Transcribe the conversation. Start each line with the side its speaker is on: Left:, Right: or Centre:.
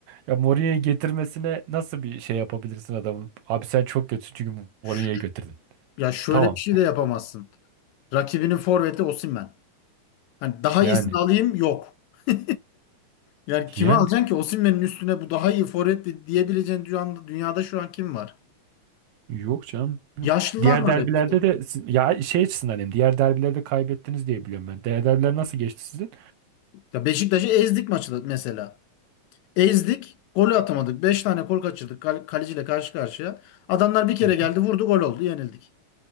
Right: Ya Mourinho'yu getirmesine nasıl bir şey yapabilirsin adamın? Abi sen çok kötüsün çünkü
Left: Ş-
Right: Mourinho'yu getirdin.
Left: Ya şöyle
Right: Tamam.
Left: bir şey de yapamazsın. Rakibinin forveti Osimhen. Hani daha
Right: Yani.
Left: iyisini alayım yok. <laughs> Yani kime
Right: Yani.
Left: alacaksın ki Osimhen'in üstüne bu daha iyi forvet diyebileceğin dünyada, dünyada şu an kim var?
Right: Yok canım.
Left: Yaşlılar
Right: Diğer
Left: var
Right: derbilerde
Left: hep işte.
Right: de si- ya şey açısından diyeyim. Diğer derbilerde kaybettiniz diye biliyorum ben. Diğer derbiler nasıl geçti sizin?
Left: Ya Beşiktaş'ı ezdik maçı da mesela. Ezdik. Golü atamadık. 5 tane gol kaçırdık. Kal kaleciyle karşı karşıya. Adamlar bir kere
Right: Hı hı.
Left: geldi vurdu gol oldu yenildik.